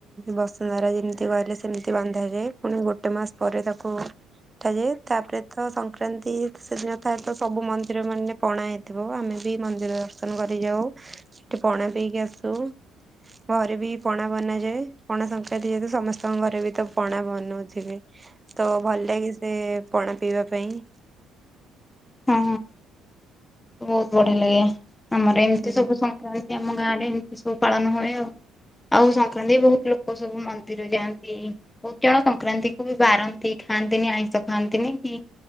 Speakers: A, on the right; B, on the left.
A: ବସୁନ୍ଧରା ଯେମିତି କହିଲେ ସେମିତି ବାନ୍ଧାାଯାଏ ପୁଣି ଗୋ ଗୋଟେ ମାସ ପରେ ତାକୁ ଉଠାଯାଏ ତାପରେ ତ ସଂକ୍ରାନ୍ତି ସେଦିନ ଥାଏ ତ ସବୁ ମନ୍ଦିର ମାନେ ପଣା ହେଇଥିବ ଆମେ ବି ମନ୍ଦିର ଦର୍ଶନ କରି ଯାଉ। ସେଠି ପଣା ଦେଇକି ଆସୁ। ଘରେ ବି ପଣା ବନାଯାଏ ପଣା ସଂକ୍ରାନ୍ତି ଯେହେତୁ ସମସ୍ତଙ୍କ ଘରେ ବି ତ ପଣା ବନଉଥିବେ। ତ ଭଲ ଲାଗେ ସେ ପଣା ପିଇବା ପାଇଁ।
B: ହଁ ବହୁତ ବଢିଆ ଲାଗେ। ଆମର ଏମିତି
A: ହୁଁ
B: ସବୁ ସଂକ୍ରାନ୍ତି ଆମ ଗାଁରେ ଏମିତି ସବୁ ପାଳନ ହୁଏ ଆଉ ଆଉ ସଂକ୍ରାନ୍ତି ବହୁତ ଲୋକ ସବୁ ମନ୍ଦିର ଯାଆନ୍ତି। ବହୁତ ଜଣ ସଂକ୍ରାନ୍ତି କୁ ବି ବାରନ୍ତି, ଖାଆନ୍ତିନି ଆଇଁଷ ଖାଆନ୍ତିନି କି